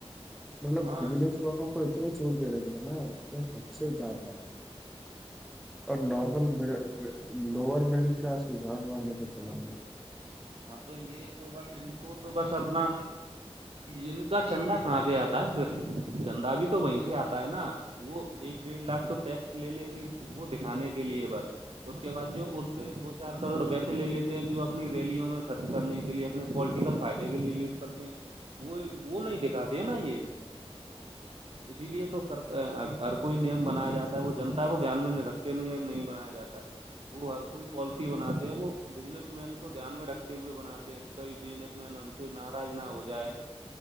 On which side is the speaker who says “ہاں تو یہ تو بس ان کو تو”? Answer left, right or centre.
Right